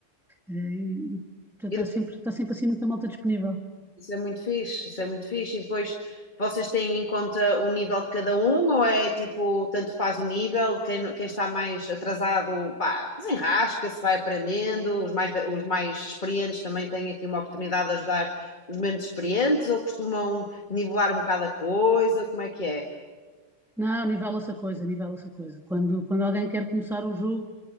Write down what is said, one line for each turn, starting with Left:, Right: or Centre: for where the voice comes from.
Centre: Eh, E, e portanto, está
Left: E
Centre: sempre, está sempre assim muita malta disponível.
Left: Isso é muito fixe, isso é muito fixe. E depois vocês têm em conta o nível de cada um, ou é tipo, tanto faz o nível, quem, quem está mais atrasado, pá, desenrasca-se, vai aprendendo, os mais, ve- os mais experientes também têm aqui uma oportunidade de ajudar os menos experientes, ou costumam nivelar um bocado a coisa, como é que é?
Centre: Não, nivela essa coisa, nivela essa coisa. Quando, quando alguém quer começar um jogo,